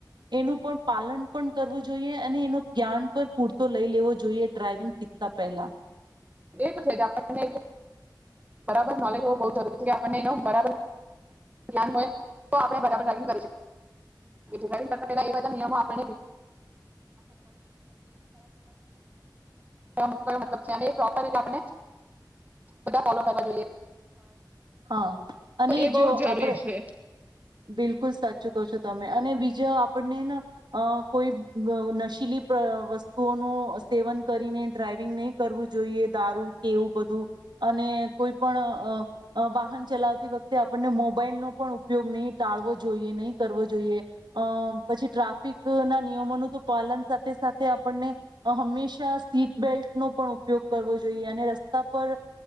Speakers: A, on the right; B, on the right.
A: એનું પણ પાલન પણ કરવું જોઈએ અને એનો જ્ઞાન પણ પૂરતો લઈ લેવો જોઈએ ડ્રાઈવિંગ શીખતા પહેલા.
B: એ છે જ આપને બરાબર નોલેજ હોવ બ જરૂરી છે કે આપણને એ બબર ધ્યાન હોય તો આપણે બરાબર ડ્રાયવીંગ કરી શકીએ ડ્રાયવિંગ કરતા પહેલા એ એ બધા નિયમો આપે ને પ્રોપર રીતે આપણે બધા ફોલો કરવા જોઈએ.
A: હા. અને
B: એ
A: જો
B: બહુ જરૂરી
A: આપણે
B: છે
A: બિલકુલ સાચું કહ છો તમે અને બીજા આપણને. અ કોઈ નશીલી વસ્તુઓનું સેવન કરીને ડ્રાઈવિંગ નહીં કરવું જોઈએ દારૂ કેવું બધું અને કોઈ પણ વાહન ચલાવતી વખતે આપણને મોબાઈલનો પણ ઉપયોગ નહી ટાળવો જોઈએ નહીં કરવો જોઈએ અ પછી ટ્રાફિકના નિયમોનું તો પાલન સાથે સાથે આપણને હંમેશા સીટ બેલ્ટનોો પણ ઉપયોગ કરવો જોઈએ અને રસ્તા પર